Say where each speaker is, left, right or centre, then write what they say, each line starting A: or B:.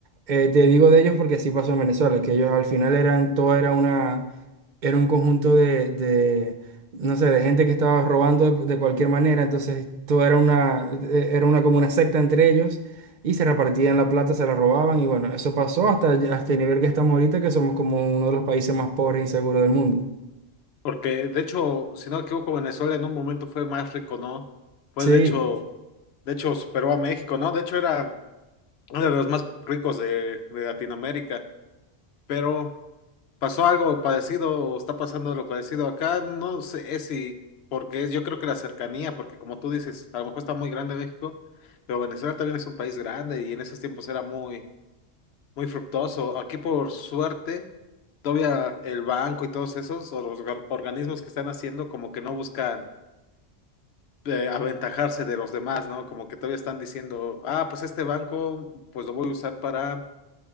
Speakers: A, on the right (about 55°); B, on the left (about 70°).
A: eh, te digo de ellos porque así pasó en Venezuela, que ellos al final eran, todo era una era un conjunto de, de- no sé, de gente que estaba robando de, de cualquier manera, entonces todo era una, eh, era una como una secta entre ellos y se repartían la plata, se la robaban y bueno, eso pasó hasta, hasta el nivel que estamos ahorita, que somos como uno de los países más pobres e inseguros del mundo.
B: Porque, de hecho, si no me equivoco, Venezuela en un momento fue más rico, ¿no? Fue,
A: Sí.
B: de hecho, de hecho, superó a México, ¿no? De hecho, era uno de los más ricos de, de Latinoamérica, pero pasó algo parecido o está pasando lo parecido acá, no sé es si, porque es- yo creo que la cercanía, porque como tú dices, a lo mejor está muy grande México, pero Venezuela también es un país grande y en esos tiempos era muy, muy fructuoso. Aquí por suerte, todavía el banco y todos esos, o los or- organismos que están haciendo, como que no buscan eh, aventajarse de los demás, ¿no? Como que todavía están diciendo, ah, pues este banco, pues lo voy a usar para